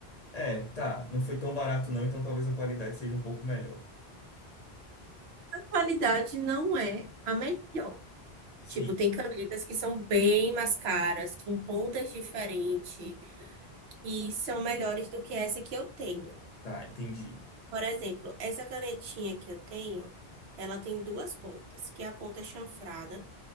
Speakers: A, on the left; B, on the right.
A: É, tá, não foi tão barato não, então talvez a qualidade seja um pouco melhor.
B: A qualidade não é a melhor.
A: Sim.
B: Tipo, tem canetas que são bem mais caras, com pontas diferentes, e são melhores do que essa que eu tenho.
A: Tá, entendi.
B: Por exemplo, essa canetinha que eu tenho, ela tem duas pontas, que é a ponta chanfrada,